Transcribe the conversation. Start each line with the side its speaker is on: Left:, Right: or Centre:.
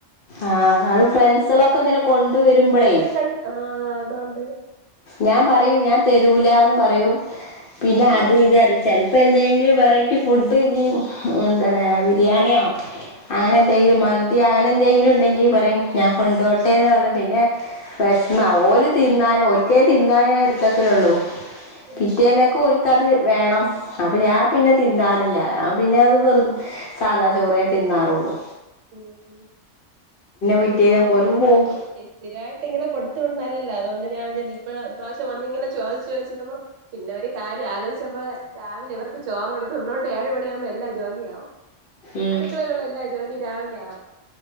Left: ആഹ് അത് ഫ്രണ്ട്സൊളൊക്കെങ്ങനെ കൊണ്ട് വരുമ്പൊളൈ
Right: തൻ ആഹ് ആഹ് അതോണ്ട്
Left: ഞാൻ പറയും ഞാൻ തെരൂലാന്ന് പറയും പിന്നെ
Right: ഉം
Left: അത് ഇതാറി ചെൽ പ്പന്തേങ്കിലും വെറൈറ്റി ഫുഡ് ഈ എന്താറയാ ബിരിയാണിയോ അങ്ങനെന്തെങ്കിലും
Right: ഉം ഉം
Left: മൻ ന്തി അങ്ങനെന്തേങ്കിലും ഉണ്ടെങ്കി പറയും ഞാൻ കൊണ്ടോട്ടെ എന്ന് പറഞ്ഞ് പിന്നെ വെഷമലും
Right: ഉം
Left: ഓല് തിന്നാനൊ ഓൽക്കേ തിന്നാനെടുത്തക്കലൊള്ളൂ പിറ്റേന്നെക്കോല്
Right: ആഹ് ആഹ്
Left: കത് വേണം അപ്പൊ ഞാൻപിന്നെ
Right: ആഹ്
Left: തിന്നാറില്ല ഞാ പിന്നെ അത് വെറും സാദാ ചോറേ തിന്നാറൊള്ളൂ
Right: ഉം ഉം ഇല്ലഈ
Left: പിറ്റേന്ന്
Right: പിള്ളേരെ
Left: ഓല് പോവും
Right: നമുക്കെ സ്തിരായിട്ടിങ്ങനെ കൊടുത്ത് വിടുന്നത് നല്ലതല്ല അതോണ്ട് ഞാൻ വിചാരിച്ച് ഇപ്രാവിശൃം വന്നിങ്ങനെ ചോയ്ച്ച് ചോയ്ച്ചിന്നപ്പോ പിന്നെവര് കാര്യം ആലോചിച്ചപ്പോ രാവിലെ ഇവർക്ക് ചോറ് കൊടുത്ത് വിടണം ഏഴ് മണിയാവുമ്പോ എല്ലാ ജോലിയാവും
Left: ഉം
Right: അടുക്കളയിലുള്ള എല്ലാ ജോലിം രാവിലെ ആവും